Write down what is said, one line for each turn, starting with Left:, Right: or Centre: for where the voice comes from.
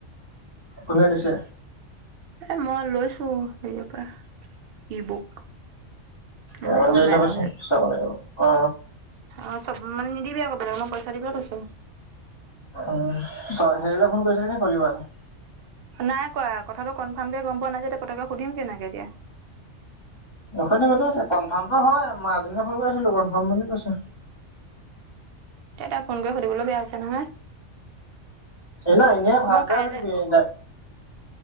Left: কোনো দিছে।
Right: এ মই লৈছো হেৰিয়াৰ পৰা ই বুক, এনে
Left: অ দি
Right: অনলাইনৰ
Left: থবিচোন
Right: হেৰি
Left: চাব লাগিব অ
Right: অ চব মানে নিদিবি আকৌ বেলেগ মই পইচা দি পেলাই থৈছো।
Left: উ চ হেৰিলে ফোন কৰিছিলি কলিবালে।
Right: নাই কোৱা কথাটো কনফাৰ্ম কে গম পোৱা নাই যে পতাকে সুধিম কেনেকে এতিয়া।
Left: নসুধি মানে থা কনফাৰ্মটো হয় মাজনীলে ফোন কৰিছিলো কনফাৰ্ম বুলি কৈছে।
Right: এতিয়া ফোন কৰি সুধিবলৈ বেয়া হৈছে নহয়।
Left: এনাই এনে
Right: মই
Left: ভাল বেয়া
Right: কাইলে
Left: সুধিবি এ তাই,